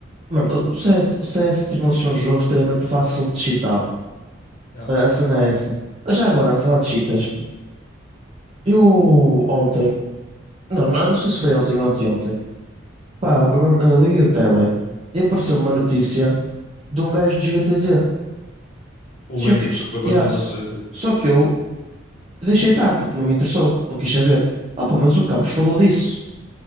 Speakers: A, on the right; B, on the left.
A: mano, o CS, o CS tornou-se um jogo extremamente fácil de cheatar. puto.
B: Yeah.
A: A, a cena é essa. Mas já agora, a falar de cheaters, puto. Eu ontem, não, não, não sei se foi ontem ou anteontem, pá, b- b- liguei o tele e apareceu uma notícia de um gajo de GTZ.
B: O
A: Que
B: Link
A: que- só,
B: foi banido
A: yeah, s-
B: na face.
A: só que eu deixei estar, tipo, não me interessou, não quis saber. Opa, mas o Campos falou disso.